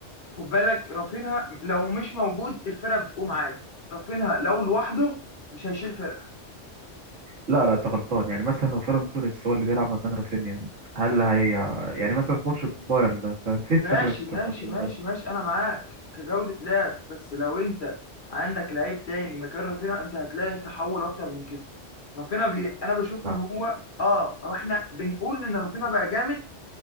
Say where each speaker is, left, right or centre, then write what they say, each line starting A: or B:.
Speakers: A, on the left (about 45°); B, on the right (about 80°).
A: خد بالك رافينها لو مش موجود الفرقه بتقوم عادي رافينها لو لوحده مش هيشيل فرقه
B: لا لا انت غلطان يعني مثلا لو فيران توريس هو اللي بيلعب مكان رافينيا هل هي يعني مثلا في ماتش بايرن ده انت نسيت
A: ماشي
B: شكلك
A: ماشي
B: ماتش بايرن
A: ماشي ماشي انا معاك كجوده لعب بس لو انت عندك لعيب تاني مكان رافينها انت هتلاقي تحول اكتر من كده رافينها بي... انا بشوف
B: لا
A: ان هو اه هو احنا بنقول ان رافينها بقى جامد